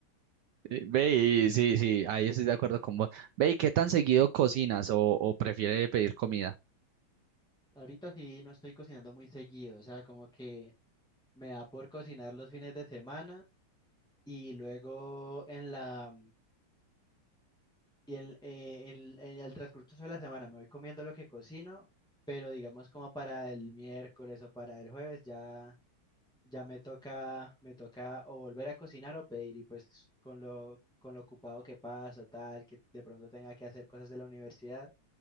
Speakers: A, on the right (about 80°); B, in the centre.
A: Eh, Ve, y sí, sí, ahí estoy de acuerdo con vos. Ve, ¿y qué tan seguido cocinas o, o prefiere pedir comida?
B: Ahorita sí no estoy cocinando muy seguido, o sea, como que me da por cocinar los fines de semana y luego en la Y el, eh, el, el- al transcurso de la semana me voy comiendo lo que cocino, pero digamos como para el miércoles o para el jueves ya, ya me toca, me toca o volver a cocinar o pedir y pues con lo, con lo ocupado que paso, tal, que de pronto tenga que hacer cosas de la universidad,